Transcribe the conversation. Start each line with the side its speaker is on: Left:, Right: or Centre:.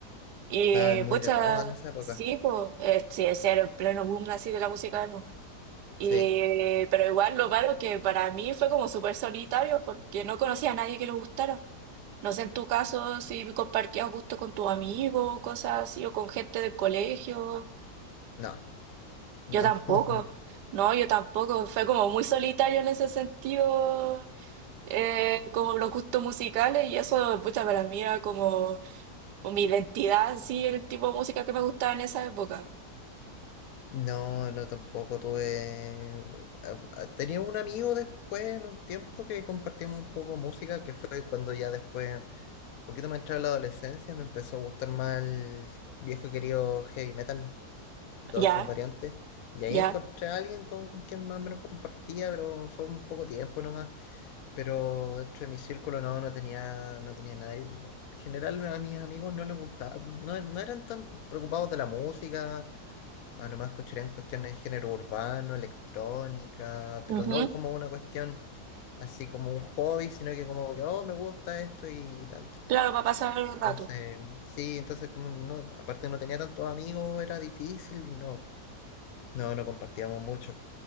Right: Y
Left: Estaban
Right: pucha,
Left: muy de moda en esa época.
Right: sí, pues, eh, sí, ese era el pleno boom así de la música emo. Y,
Left: Sí,
Right: pero igual lo malo que para mí fue como súper solitario porque no conocía a nadie que le gustara. No sé en tu caso si compartías gusto con tus amigos, cosas así, o con gente del colegio.
Left: no, no,
Right: Yo tampoco.
Left: <laughs>
Right: No, yo tampoco. Fue como muy solitario en ese sentido, eh, como los gustos musicales, y eso, pucha, para mí era como mi identidad, sí, el tipo de música que me gustaba en esa época.
Left: no, no tampoco tuve. a- a- Tenía un amigo después en un tiempo que compartimos un poco música, que fue cuando ya después, un poquito más entrada a la adolescencia, me empezó a gustar más el viejo y querido heavy metal y todas
Right: Ya,
Left: sus variantes. Y ahí
Right: ya.
Left: encontré a alguien con quien más o menos compartía, pero fue un poco tiempo nomás. Pero dentro de mi círculo no, no tenía, no tenía nadie. En general a mis amigos no les gustaba, no, no eran tan preocupados de la música A lo más escucharían cuestiones de género urbano, electrónica,
Right: ujú.
Left: pero no como una cuestión así como un hobby, sino que como que, oh, me gusta esto y tanto.
Right: Claro, para pasar un
Left: Entonces,
Right: rato.
Left: sí, entonces como no, aparte no tenía tantos amigos, era difícil, y no, no, no compartíamos mucho.